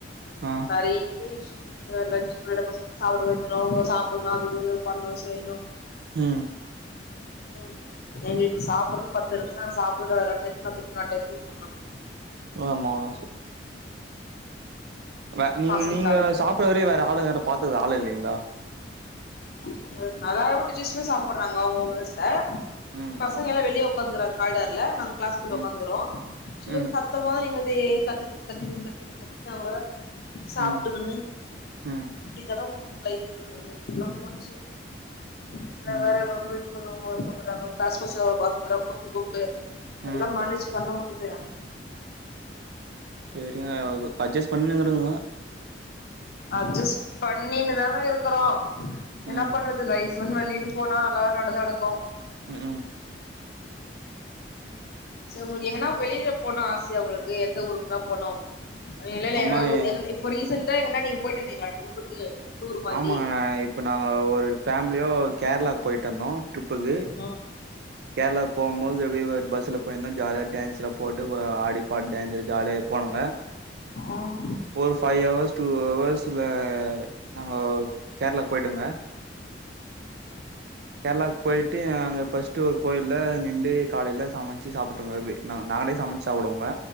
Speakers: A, on the right; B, on the left.
A: அ
B: நெறைய இஸ்சு இருக்குங்க லஞ்சு அப்போ பசங்கள சாப்ட வைக்கணு அவுங்க சாப்பிடணு அதுக்கு பண்ணணு செய்யணு
A: ம்
B: ம் எங்களுக்கு சாப்ட்றது பத்து நிமிசோ சாப்ட்டு கட கடனு எடுத்து நா திருப்பி டென்த்துக்கு ஓட்னுங்க
A: <unintelligible> வே நீ
B: பசங்க
A: நீங்க
B: காலேஜ்
A: சாப்ட்ற வரையு வேற ஆளுங்க யாரு பாத்துக்க ஆளே இல்லிங்ளா
B: <unintelligible> சாப்ட்றாங்க அவுங்க அங்க பிலேஸ்ல
A: ம்
B: பசங்க எல்லா வெளிய உக்காந்துக்கறாங்க கார்னர்ல நாங்க கிளாஸ்குள்ள
A: ம்
B: உட்காந்துக்கறோ <unintelligible> சுத்தமா
A: ம்
B: எங்களுதே கத்திக்கினு கத்திக்கினு கத்திக்கினு கத்தி நாங்களே தா சாப்ட்டுக்கினு
A: ம் ம்
B: இப்டியேதாங்க போது லைஃப்பு லைஃப்ல்லா போச்சு இதுல
A: ம்
B: வேற றாங்க காசு காசக்கறாங்க கூப்பிட்டு கூப்பிட்டு எல்லா
A: ம்
B: மேனேஜ் பண்ண முடிலங்க
A: சேரிங்க அட்ஜஸ்ட் பண்ணின்னிருங்கோ
B: அட்ஜஸ் பண்ணின்னு தாங்க இருக்கறோ என்ன
A: ம்
B: பண்றது லைஃப் வேலைனு போனா எல்லா நல்லா தா நடக்கு
A: ம்ஹூம்
B: சேர் உங்ளுக்கு எங்கனா வெளில போனோ ஆசையா உங்களுக்கு எந்த ஊருக்குன்னா போனு எங்கனே
A: அம்மா
B: ஊர்
A: என்
B: இப்போ ரீசன்ண்டா எங்கன்னா நீங்க போயிட்டு இருந்தீங்களா டூருக்கு டூர் மாதிரி
A: ஆமாங்கண்ண இப்போ நாங்கோ ஒரு ஃபேமிலியா கேரளாவுக்கு போய்ட்டு வந்தோ ட்ரிப்புக்கு
B: ஆ
A: கேரளா போம் போது எப்புடியோ ஒரு பஸ்ல போயிருந்தா ஜாலியா டான்ஸ்ல போட்டு ஆடி பாடி டேஞ்சர் ஜாலியா போனங்க
B: ம்
A: ஒரு ஃபைவ் ஹவர்ஸ் டூ ஹவர்ஸ்ல நாங்க கேரளா போய்டோங்க கேரளாக்கு போயிட்டு அங்க ஃபர்ஸ்ட் ஒரு கோயில்ல நின்டு காலையில சமைச்சு சாப்பிட்டுங்க நா நாங்களே சமைச்சி சாப்டுவுங்க